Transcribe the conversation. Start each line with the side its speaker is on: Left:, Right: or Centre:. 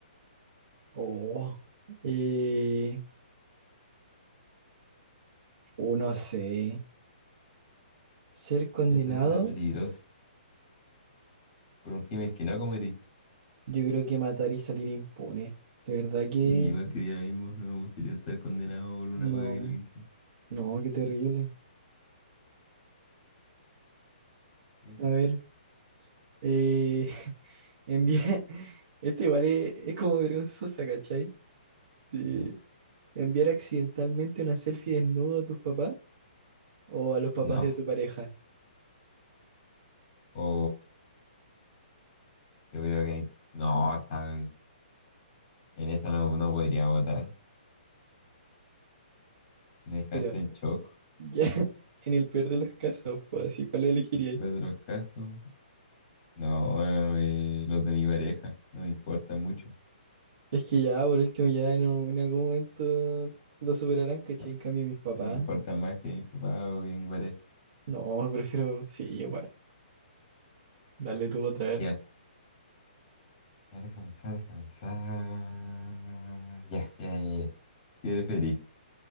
Right: Oh, eh, oh, no sé. Ser condenado,
Left: Esta está peligrosa. Por un crimen que no cometiste.
Right: yo creo que matar y salir impune. De verdad que
Left: Y yo iba a escribir ahora mismo, no me gustaría estar condenado por una
Right: no,
Left: cosa que no hice.
Right: no, qué terrible.
Left: Yo,
Right: A ver, eh, <laughs> enviar, este igual es, es como vergonzosa, ¿cachai? de
Left: Ya.
Right: enviar accidentalmente una selfie desnudo a tus papás o a los papás
Left: No.
Right: de tu pareja.
Left: O yo creo que no, tan- en esa no, no podría votar. Me dejaste
Right: Pero
Left: en shock.
Right: Ya, <laughs> en el peor de los casos, pues así, ¿cuál elegiría?
Left: Después
Right: ahí?
Left: de los casos, no, eh, los de mi pareja, no me importan mucho.
Right: Es que ya, por último, ya en, un- en algún momento lo superarán, ¿cachai?
Left: No,
Right: En cambio, mis papás.
Left: no me importan más que mi papá o que mi pareja.
Right: No, <laughs> prefiero, sí, igual. Dale tú otra vez.
Left: Ya, ya, deja pensar, deja pensar. Ya, ya, ya, ya. ¿Qué preferís?